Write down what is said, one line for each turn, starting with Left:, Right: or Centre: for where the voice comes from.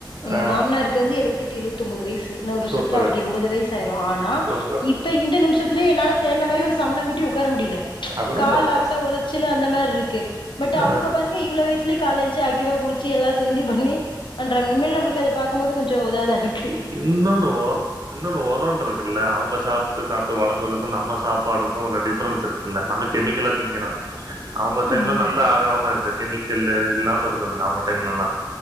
Left: எங்க
Right: ஆ
Left: மாமனாருக்கு வந்து எழுபது தெட்டு எழுவத்தொம்போது வய்சு இன்னு ஒரு வருஷத்ல
Right: சூப்பரு
Left: அவுருக்கு எம்பது வய்சு ஆயிரு ஆனா
Right: சூப்பரு
Left: இப்ப இந்த நிம்ஷ திலே என்னால சேந்த மாரி ஒரு சம்மணங் குட்டி உக்கார முடில.
Right: அதுதா
Left: கால்
Right: சொல்றே
Left: அவ்ளோ உளைச்சலு அந்த மார்ருக்கு பட்
Right: ஆ
Left: அவுங்க பாருங்க இவ்ள வய்ஸ் லி கால்ல எஞ்சி ஆக்டிவா குளிச்சி எல்லா செஞ்சி பண்ணி பண்றாங்க. உண்மைல் நம்மளுக்கு அத பாக்கும் போது கொஞ்சோ இதாதாருக்
Right: இ இன்னொன்னு வரோ இன்னொன்னு வரோன்ருக்குல்ல அவுங்க சாப்ட்டு சாப்ட்டு வளந்ததுக்கு நம்ம சாப்பாடுக்கு உள்ள டிஃப்ரென்ஸ் இரு குல்ல நம்ம கெமிக்கலா திங்கறோ. அவுங்க டைம்ல
Left: ம்
Right: நல்ல ஆகாரமா இருஞ்ச்சு கெமிக்கல்லு இல்லாம இருந்துதுல்ல அவுங்க டைம்லல்லா.